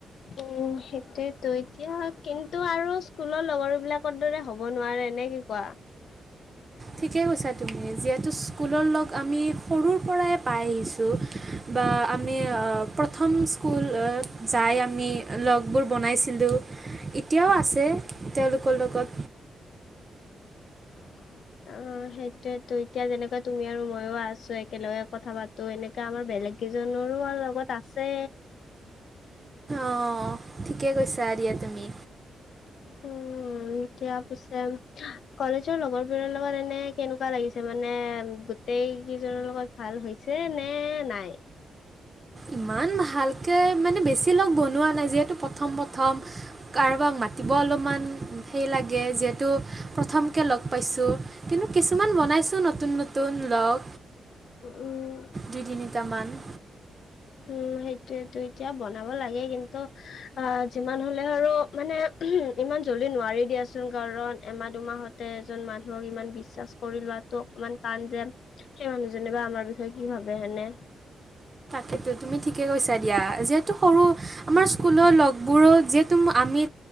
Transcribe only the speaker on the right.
ঠিকেই কৈছা তুমি যিহেতু স্কুলৰ লগ আমি সৰুৰ পৰাই পাই আহিছোঁ বা বা আমি আ প্ৰথম স্কুল অ যাই আমি লগবোৰ বনাইছিলোঁ। এতিয়াও আছে তেওঁলোকৰ লগত।
অঁ ঠিকে কৈছা দিয়া তুমি
ইমান ভালকৈ মানে বেছি লগ বনোৱা নাই যিহেতু প্ৰথম, প্ৰথম কাৰোবাক মাতিব অলপমান সেই লাগে যিহেতু প্ৰথমকে পাইছোঁ কিন্তু কিছুমান বনাইছোঁ নতুন নতুন লগ
দুই তিনিটামান
এইটো তুমি ঠিকে কৈছা দিয়া যিহেতু সৰু আহ আমাৰ স্কুলৰ লগ বোৰত যিহেতু আমি